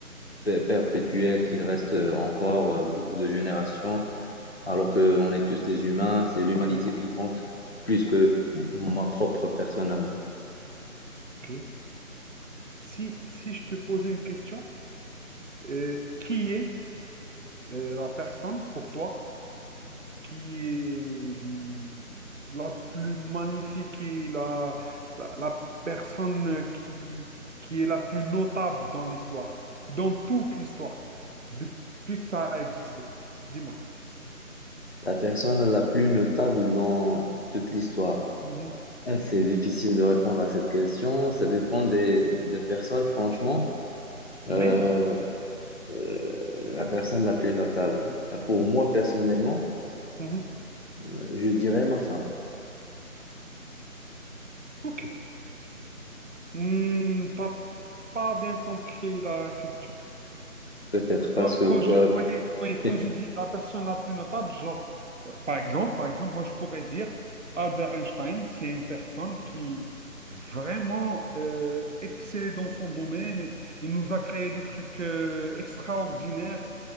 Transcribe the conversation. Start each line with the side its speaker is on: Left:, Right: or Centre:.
Left: pe- perpétuel, qu'il reste euh, encore euh, beaucoup de générations, alors
Right: Mhm,
Left: qu'on est tous des humains. C'est l'humanité
Right: ouais,
Left: qui compte plus que m- ma propre personne à moi.
Right: ok. Si, si je te posais une question, euh, qui est euh, la personne pour toi qui est l- la plus magnifique et la, la, la personne qui, qui est la plus notable dans l'histoire, dans toute l'histoire, depuis que ça a existé? Dis-moi.
Left: La personne la plus notable dans toute l'histoire.
Right: Mhm.
Left: Ah, C'est difficile de répondre à cette question. Ça dépend des, des personnes, franchement. Euh,
Right: Mais,
Left: euh, la personne la plus notable. Ah, Pour moi, personnellement,
Right: mhm,
Left: euh, je dirais ma femme.
Right: ok. Hmm, t'as pas bien compris la question.
Left: Peut-être parce
Right: Moi,
Left: que... euh,
Right: quand je, oui, oui, quand
Left: <laughs>
Right: je dis la personne la plus notable, genre, euh, par exemple, par exemple, moi, je pourrais dire Albert Einstein, c'est une personne qui vraiment euh, excellait dans son domaine et il nous a créé des trucs euh, extraordinaires.